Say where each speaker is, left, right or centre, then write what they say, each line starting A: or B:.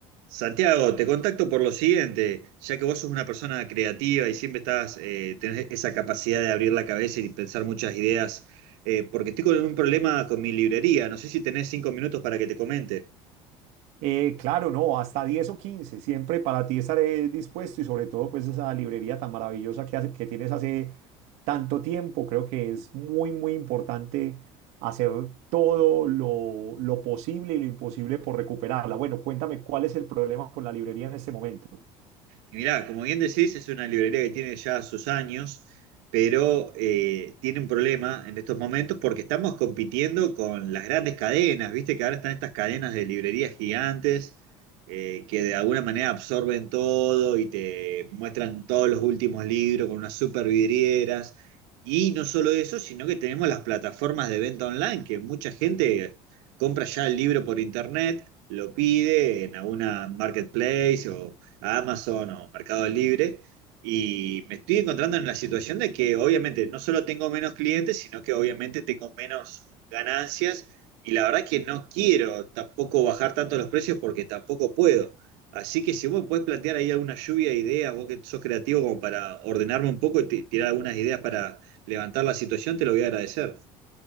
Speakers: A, on the right; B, on the right.
A: Santiago, te contacto por lo siguiente, ya que vos sos una persona creativa y siempre estás, eh, tenés esa capacidad de abrir la cabeza y pensar muchas ideas, eh, porque estoy con un problema con mi librería, no sé si tenés cinco minutos para que te comente.
B: Eh, claro, no, hasta 10 o 15, siempre para ti estaré dispuesto y sobre todo pues esa librería tan maravillosa que, hace- que tienes hace tanto tiempo, creo que es muy, muy importante hacer todo lo, lo posible y lo imposible por recuperarla. Bueno, cuéntame cuál es el problema con la librería en este momento.
A: Y mirá, como bien decís, es una librería que tiene ya sus años, pero eh, tiene un problema en estos momentos porque estamos compitiendo con las grandes cadenas, viste que ahora están estas cadenas de librerías gigantes eh, que de alguna manera absorben todo y te muestran todos los últimos libros con unas super vidrieras. Y no solo eso, sino que tenemos las plataformas de venta online, que mucha gente compra ya el libro por internet, lo pide en alguna marketplace o a Amazon o Mercado Libre. Y me estoy encontrando en la situación de que obviamente no solo tengo menos clientes, sino que obviamente tengo menos ganancias. Y la verdad que no quiero tampoco bajar tanto los precios porque tampoco puedo. Así que si vos me podés plantear ahí alguna lluvia de ideas, vos que sos creativo como para ordenarme un poco y ti- tirar algunas ideas para levantar la situación, te lo voy a agradecer.